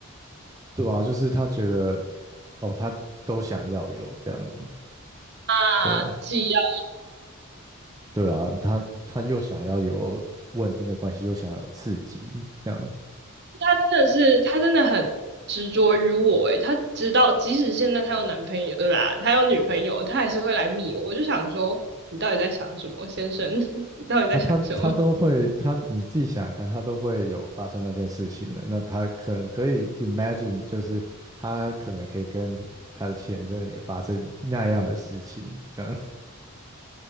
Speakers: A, on the right; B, on the right.
A: <laughs> 对吧、就是他觉得哦他都想要有这样子，
B: 啊，
A: 对，
B: 既要
A: 对啊，他他又想要有稳定的关系，又想要有刺激，这样
B: 他真的是，他真的很执着于我诶，她直到即使现在他有男朋友了啦，他有女朋友，他还是会来密我。我就想说，你到底在想什么，先生？<laughs> 你到底在想什么？
A: 啊，他他都会，他你自己想想看，他都会有发生那件事情的。那他可能可以 imagine，就是他可能可以跟他的前任也发生那样的事情，这样